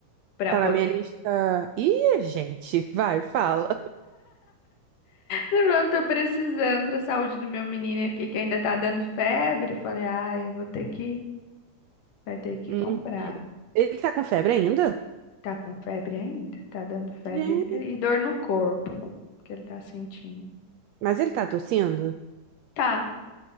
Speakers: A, on the left; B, on the right.
A: para
B: Tá
A: poder.
B: na minha lista. Ih, gente, vai, fala.
A: Mano, tô precisando pra saúde do meu menino aqui que ainda tá dando febre. Eu falei, ai, vou ter que, vai ter que
B: Hum.
A: comprar.
B: Ele tá com febre ainda?
A: Tá com febre ainda? Tá dando febre
B: Gente.
A: e e dor no corpo que ele tá sentindo.
B: Mas ele tá tossindo?
A: Tá,